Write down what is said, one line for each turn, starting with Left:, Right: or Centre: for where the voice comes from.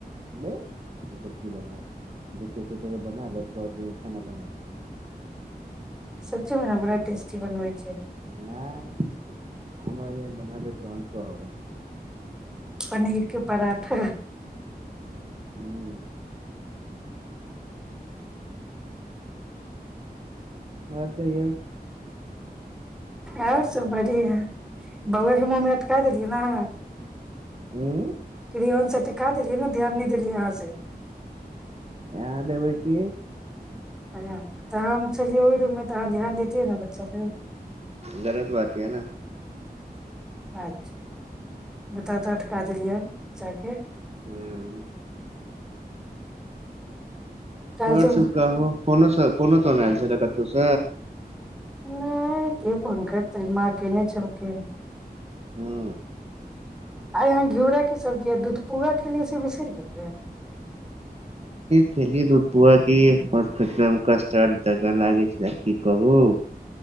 Right: नहि ब जोट बना रहे खाना बना दिय
Centre: सच्चे मने बड़ा टस्टी बन होइ छै
Right: नहि नहि हमरा जेन बनाबै तहन कहब
Centre: पनीरके पराठा
Right: ह्म आओर सहिए
Centre: आर सब बढ़ि है बौएके मुँहमे अटका देलियै ने
Right: हू
Centre: फ ओन सटिका देलियै ने ध्यान नहि देलियै अहाँ से
Right: ए देबै क
Centre: हँ तऽ हम चलियै ओहि रूममे तऽ अहाँ ध्यान देैतियै ने बच्चा ल
Right: गलत बात यऽ ने
Centre: अचछा बता तऽ अटका देलियै जााक
Right: ह्म
Centre: काल्हि
Right: आओर
Centre: से
Right: सब कह हो होनो सब कोन तनाल से क तूस
Centre: नहि की फोन करतै म केने छलौ के
Right: हू
Centre: आ यहाँ घिउरा के सब्जी य दूध पुआा खेलियै से बिसरि गेलै
Right: खेलियै दूध पुआ ई म्त एकदम कष्ट च जगह लागै छै की कहू